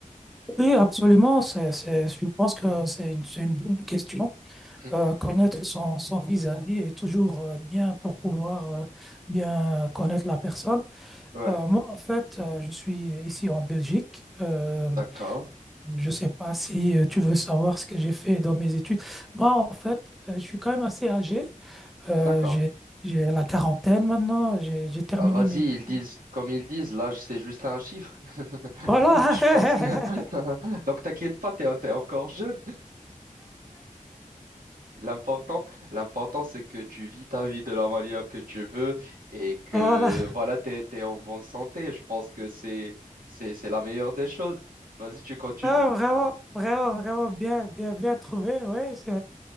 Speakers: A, in the centre; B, on the right.
A: Oui, absolument. C'est, c'est, je pense que c'est une, c'est une bonne question.
B: Hmm.
A: Euh, connaître son, son vis-à-vis est toujours euh, bien pour pouvoir euh, bien connaître la personne.
B: Ouais,
A: Euh, moi, en fait, euh, je suis ici en Belgique. Euh,
B: d'accord,
A: je ne sais pas si euh, tu veux savoir ce que j'ai fait dans mes études. Moi, en fait, euh, je suis quand même assez âgé. Euh,
B: d'accord.
A: j'ai, j'ai la quarantaine maintenant. J'ai, j'ai terminé
B: Bah, vas-y,
A: mes
B: ils disent,
A: études.
B: comme ils disent, l'âge, c'est juste un chiffre.
A: Voilà.
B: <laughs> Je
A: <laughs>
B: pense que... <laughs> Donc, t'inquiète pas, t'es, t'es encore jeune. L'important, l'important, c'est que tu vis ta vie de la manière que tu veux et que
A: Voilà.
B: voilà, t'es, t'es en bonne santé. Je pense que c'est, c'est, c'est la meilleure des choses. Vas-y, tu continues.
A: Ah, vraiment, vraiment, vraiment bien, bien, bien trouvé, oui. c'est-